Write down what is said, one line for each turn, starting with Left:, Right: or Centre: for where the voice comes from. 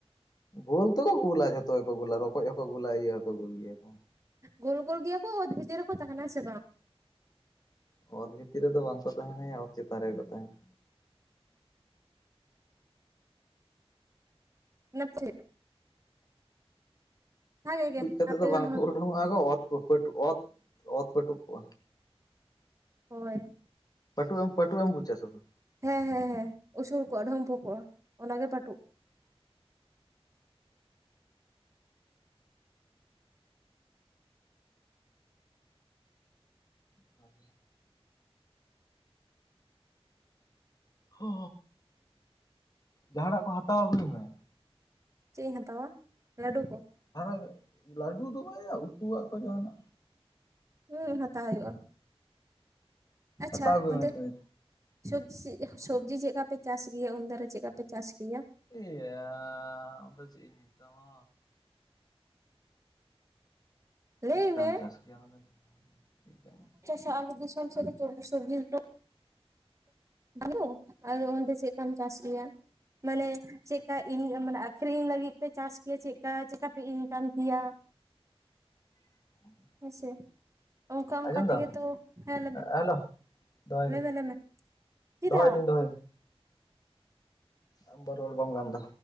Left: ᱜᱳᱞ ᱛᱚ ᱜᱩᱞᱟ ᱡᱷᱚᱛᱚ ᱜᱮᱠᱚ ᱜᱩᱞᱟ ᱨᱚᱠᱚᱡ ᱦᱚᱸᱠᱚ ᱜᱩᱞᱟ ᱤᱭᱟᱹ ᱦᱚᱸᱠᱚ ᱜᱩᱞ ᱜᱮᱭᱟ ᱠᱚ᱾
Right: ᱜᱳᱞ ᱜᱳᱞ ᱜᱮᱭᱟ ᱠᱚ ᱚᱛ ᱵᱷᱤᱛᱤᱨ ᱨᱮᱠᱚ ᱛᱟᱸᱦᱮᱱᱟ ᱥᱮ ᱵᱟᱝ?
Left: ᱚᱛ ᱵᱷᱤᱛᱤᱨ ᱨᱮᱫᱚ ᱵᱟᱝᱠᱚ ᱛᱟᱸᱦᱮᱱᱟᱭᱟ ᱚᱛ ᱪᱮᱛᱟᱱ ᱨᱮᱜᱮ ᱠᱚ ᱛᱟᱸᱦᱮᱱᱟ᱾
Right: ᱱᱟᱹᱯ ᱪᱷᱮᱫᱟ <inaudible> ᱵᱷᱟᱜᱮ ᱜᱮ
Left: ᱴᱩᱡ ᱠᱟᱛᱮ
Right: ᱟᱯᱮ
Left: ᱫᱚ ᱵᱟᱝᱠᱚ
Right: ᱦᱚᱸ
Left: ᱩᱰᱩᱝᱚᱜᱼᱟ ᱜᱚ ᱚᱛ ᱯᱟᱹᱯᱟᱹᱴ ᱚᱛ ᱚᱛ ᱯᱟᱹᱴᱩᱵ ᱠᱚᱜᱼᱟ᱾
Right: ᱦᱳᱭ
Left: ᱯᱟᱹᱴᱩ ᱮᱢ ᱯᱟᱹᱴᱩ ᱮᱢ ᱵᱩᱪᱷᱟ ᱥᱮ ᱵᱟᱝ?
Right: ᱦᱮᱸ ᱦᱮᱸ ᱦᱮᱸ ᱩᱥᱩᱞ ᱠᱚᱜᱼᱟ ᱰᱷᱳᱢᱯᱳ ᱠᱚᱜᱼᱟ ᱚᱱᱟᱜᱮ ᱯᱟᱹᱴᱩᱜ᱾
Left: ᱟᱜᱮ ᱦᱚ ᱡᱟᱦᱟᱱᱟᱜ ᱠᱚ ᱦᱟᱛᱟᱣ ᱟᱹᱜᱩᱭ ᱢᱮ᱾
Right: ᱪᱮᱜ ᱤᱧ ᱦᱟᱛᱟᱣᱟ ᱞᱟᱹᱰᱩ ᱠᱚ
Left: <inaudible> ᱞᱟᱹᱰᱩ ᱫᱚ ᱵᱟᱭᱭᱟ ᱩᱛᱩᱣᱟᱜ ᱠᱚ ᱡᱟᱦᱟᱸᱱᱟᱜ᱾
Right: ᱩᱸᱜ ᱦᱟᱛᱟᱣ ᱦᱩᱭᱩᱜᱼᱟ᱾ ᱟᱪᱪᱷᱟ
Left: ᱦᱟᱛᱟᱣ ᱟᱹᱜᱩᱭ
Right: ᱚᱱᱛᱮ
Left: ᱢᱮ ᱛᱚᱵᱮ
Right: ᱥᱚᱵᱡᱤ ᱥᱚᱵᱡᱤ ᱪᱮᱜ ᱠᱟᱯᱮ ᱪᱟᱥ ᱜᱮᱭᱟ, ᱩᱱ ᱫᱟᱨᱟ ᱪᱮᱜ ᱠᱟᱯᱮ ᱪᱟᱥ ᱠᱮᱭᱟ?
Left: ᱮᱭᱟᱻ ᱟᱫᱚ ᱪᱮᱫ ᱤᱧ ᱢᱮᱛᱟᱢᱟ,
Right: ᱞᱟᱹᱭ
Left: ᱪᱮᱜ ᱠᱟᱢ
Right: ᱢᱮ
Left: ᱪᱟᱥ ᱠᱮᱭᱟ ᱚᱱᱟ ᱫᱚ, ᱪᱮᱜ ᱠᱟᱢ?
Right: ᱥᱟᱠ ᱫᱤᱥᱚᱢ ᱥᱮᱫ <inaudible> <inaudible> ᱚᱰᱮ ᱪᱮᱜ ᱠᱟᱢ ᱪᱟᱥ ᱠᱮᱭᱟ? ᱢᱟᱱᱮ ᱪᱮᱜᱠᱟ ᱤᱱ ᱢᱟᱱᱮ ᱟᱠᱷᱨᱤᱧ ᱞᱟᱹᱜᱤᱫ ᱯᱮ ᱪᱟᱥ ᱠᱮᱭᱟ, ᱪᱮᱜᱠᱟ ᱪᱮᱜᱠᱟ ᱯᱮ ᱤᱱᱠᱟᱢ ᱠᱮᱭᱟ?
Left: <unintelligible>
Right: ᱦᱮᱥᱮ ᱚᱱᱠᱟ ᱚᱱᱠᱟ
Left: ᱟᱸᱡᱚᱢ
Right: ᱛᱮᱜᱮ
Left: ᱫᱟᱢ
Right: ᱛᱚ ᱦᱮᱸ ᱞᱟᱹᱭ ᱢᱮ
Left: ᱦᱮᱞᱳ ᱫᱚᱦᱚᱭ
Right: ᱞᱟᱹᱭ
Left: ᱫᱟᱹᱧ
Right: ᱢᱮ ᱞᱟᱹᱭ ᱢᱮ᱾ ᱪᱮᱫᱟᱜ
Left: ᱫᱚᱦᱚᱭ ᱫᱤᱹᱧ ᱫᱚᱦᱚᱭ ᱫᱤᱹᱧ ᱟᱢ ᱨᱚᱲ ᱵᱟᱢ ᱜᱟᱱ ᱫᱟ᱾